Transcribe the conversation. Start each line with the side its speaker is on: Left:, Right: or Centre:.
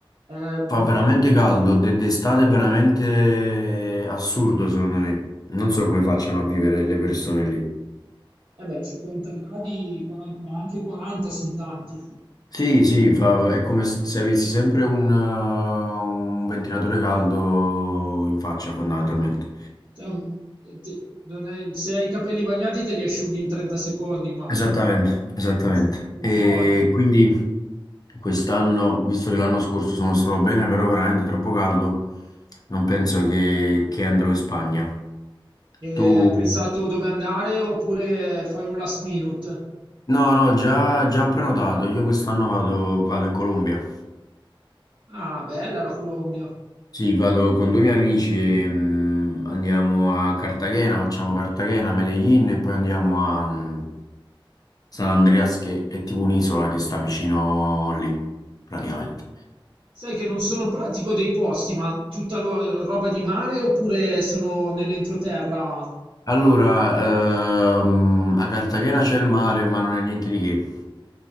Right: Ehm,
Left: Fa veramente caldo, de- d'estate è veramente assurdo secondo me. Non so come facciano a vivere le persone lì.
Right: eh beh, 50 gradi, 40 ma anche 40 sono tanti.
Left: Sì, sì, fa- è come se se avessi sempre un, eh, un ventilatore caldo in faccia, fondamentalmente.
Right: Cioè, un- te- non è- se hai i capelli bagnati te li asciughi in 30 secondi, immagino.
Left: Esattamente, esattamente.
Right: Un f- un
Left: E
Right: phon.
Left: quindi quest'anno, visto che l'anno scorso sono stato bene, però veramente troppo caldo, non penso che, che andrò in Spagna.
Right: E
Left: Tu?
Right: hai pensato dove andare oppure fai un last minute?
Left: No, no, già, già prenotato. Io quest'anno vado, vado in Colombia.
Right: Ah, bella la Colombia.
Left: Sì, vado con due miei amici e mm, andiamo a Cartagena, facciamo Cartagena, Medellin e poi andiamo a mm, San Andreas che è tipo un'isola che sta vicino lì, praticamente.
Right: Sai che non sono pratico dei posti, ma tutta lo- roba di mare oppure sono nell'entroterra?
Left: Allora, ehm, a Cartagena c'è il mare, ma non è niente di che,